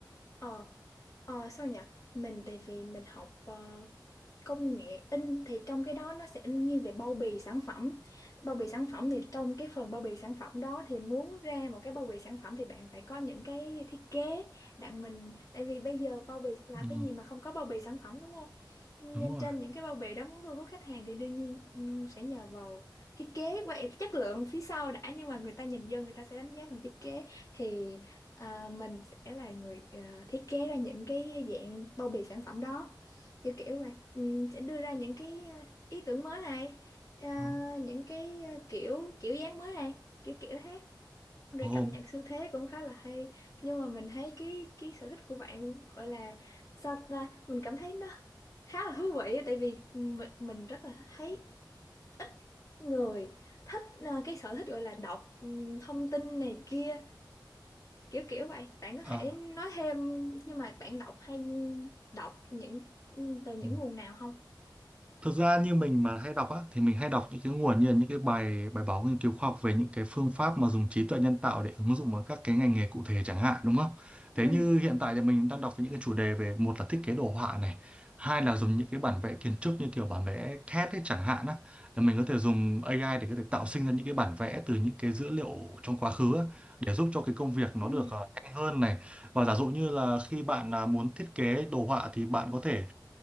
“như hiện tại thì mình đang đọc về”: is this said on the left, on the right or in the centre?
Right